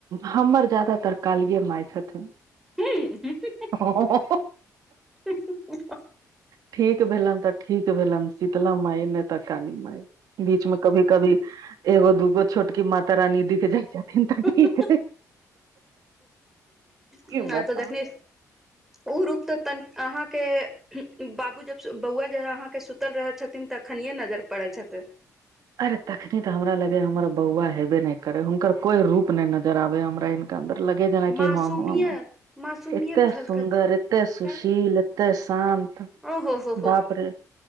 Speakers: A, on the right; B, in the centre.
A: हमर ज्यदातर कालिए माय छथिन।
B: ह नहि
A: हाँ
B: हाहाहा - <unintelligible>
A: ठीक भेलनि तऽ ठीक भेलन शीतला माय नहि तऽ काली मा बीच मे कभी कभी एगो दूगो छोटकी माता रानी दिख जाइ छथिन तऽ ठीक
B: ह
A: हय की
B: नहि
A: बताउ
B: तऽ जखनी ओ रूप तऽ तइन अहाँकेँ बाबू जब बौआ जे अहाँकेँ सुतल रहै छथिन तऽ खनिये नजर पड़ै छथि।
A: अरे तखनी तऽ हमरा लगे हमर बौआ हेबे नहि करे हुनकर कोई रूप नै नजर आबे हमरा। अन्दर लगे जेना
B: मासूमियत
A: कि ह ह अरे
B: मासूमियत
A: एते
B: झलकत
A: सुन्दर
B: होइत
A: एते सुशील
B: तऽ
A: तऽ शान्त
B: ओ हो हो हो
A: बापरे